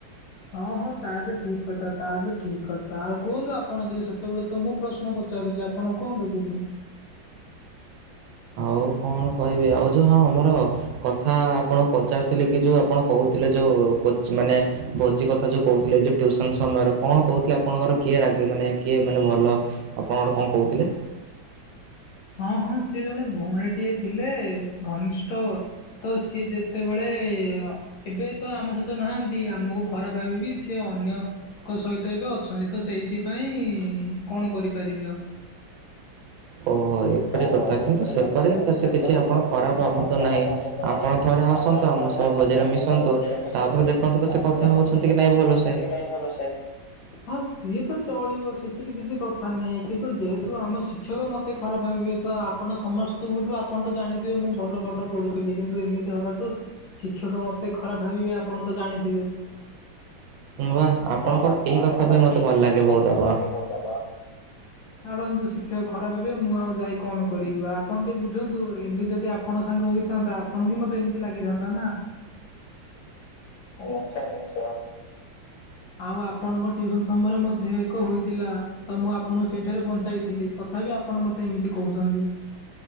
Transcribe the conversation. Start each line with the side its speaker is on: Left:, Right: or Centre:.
Left: ହଁ ହଁ ତା ବି ଠିକ କଥା ତା ବି ଠିକ କଥା ଆଉ କୁହନ୍ତୁ ଆପଣ କି ସେତେବେଳେ ତ ମୁଁ ପ୍ରଶ୍ନ ପ୍ରଶ୍ନ ପଚାରୁଛି ଆପଣ କୁହନ୍ତୁ କିଛି?
Right: ହଉ କଣ କହିବି ଆଉ ଯହା ଆମର କଥା ଆପଣ ପଚାରୁଥିଲେ କି ଯୋଉ ଆପଣ କହୁଥିଲେ ଯୋଉ କୋଚ ମାନେ ଭୋଜି କଥା ଯୋଉ କହୁଥିଲେ ଯୋଉ ଟୁସନ ସମୟରେ କଣ କହୁଥିଲେ ଆପଣଙ୍କର କିଏ ରାଗେ ମାନେ କିଏ ମାନେ ଭଲ ଆପଣ ଗୋଟେ କଣ କହୁଥିଲେ?
Left: ହଁ ହଁ ସିଏ ଜଣେ ଭଉଣୀଟିଏ ଥିଲେ ଘନିଷ୍ଠ ତ ସିଏ ଯେତେବେଳେ ଅ ଏବେ ତ ଆମ ସହିତ ନାହାନ୍ତି, ଆମକୁ ଖରାପ ଭାବିବିି ସେ ଅନ୍ୟ ତାଙ୍କ ସହିତ ଏବେ ଅଛନ୍ତି। ତ ସେଇଥି ପାଇଁ କଣ କରିବି ଆଉ
Right: ଓହୋ ଏପରି
Left: ଓହୋ
Right: କଥା
Left: <unintelligible>
Right: କିନ୍ତୁ ସେପରି
Left: ଆଗକୁ
Right: ସେତେ
Left: ସେପରି
Right: କିଛି
Left: ସେମିତି
Right: ଆପଣ ଖରାପ
Left: କିଛି
Right: ଭାବନ୍ତୁ
Left: ଆପଣ ଖରାପ
Right: ନାହିଁ।
Left: ଭାବନ୍ତୁ ନାହିଁ।
Right: ଆପଣ ଥରେ ଆସନ୍ତୁ
Left: ହଁ
Right: ଆମ
Left: ଥରେ
Right: ସହ
Left: ଆସନ୍ତୁ
Right: ଭୋଜିରେ
Left: ଆମ
Right: ମିଶନ୍ତୁ
Left: ସହ ଭୋଜିରେ ମିଶନ୍ତୁ।
Right: ତାପରେ ଦେଖନ୍ତୁ କି
Left: ତାପରେ
Right: ସେ କଥା
Left: ଦେଖନ୍ତୁ
Right: ହଉଛନ୍ତି
Left: ପଛେ
Right: କି ନାଇଁ
Left: କଥା
Right: ଭଲସେ।
Left: ହଉଛନ୍ତି କି ନାହିଁ ଭଲସେ। ହଁ ସିଏତ ଚଳିବ ସେଥିରେ କିଛି କଥା ନାହିଁ। କିନ୍ତୁ ଯେହେତୁ ଆମ ଶିକ୍ଷକ ମତେ ଖରା <unintelligible> ଆପଣ ସମସ୍ତଙ୍କ ଠୁ ଆପଣ ତ ଜାଣିଥିବେ ମୁ ଭଲ ପାଠ ପଢୁଥିଲି, କିନ୍ତୁ ଏମିତି ହବାଠୁ ଶିକ୍ଷକ ମତେ ଖରାପ ଭାବିବେ ଆପଣ ତ ଜାଣିଥିବେ।
Right: ବାଃ ଆପଣଙ୍କର
Left: ଉଁ
Right: ଏଇ
Left: ଆପଣଙ୍କର
Right: କଥା ପାଇଁ ମତେ
Left: ଏଇ
Right: ଭଲ
Left: କଥା
Right: ଲାଗେ
Left: ପାଇଁ ମତେ
Right: ବହୁତ
Left: ଭଲଲାଗେ
Right: ଆପଣ।
Left: ବହୁତ ଆପଣ। ଛାଡ଼ନ୍ତୁ ଶିକ୍ଷକ ଖରାପ ଭାବିବେ ମୁଁ ଆଉ ଯାଇ କଣ କରିବି ବା ଆପଣ ଟିକେ ବୁଝନ୍ତୁ ଏମିତି ଯଦି ଆପଣଙ୍କ ସାଙ୍ଗ ହୋଇଥାନ୍ତା ଆପଣ ବି ମତେ ଏମିତି ଲାଗିଥାନ୍ତା ନା। ନିଶ୍ଚୟ ନିଶ୍ଚୟ। ଆଉ ଆପଣଙ୍କ ଟିଉସନରେ ମଧ୍ୟ ଏକ ହୋଇଥିଲା। ତ ମୁ ଆପଣଙ୍କୁ ସେଇଠାରେ ବଞ୍ଚାଇଥିଲି, ତଥାବି ଆପଣ ମ ମୋତେ ଏମିତି କହୁଛନ୍ତି।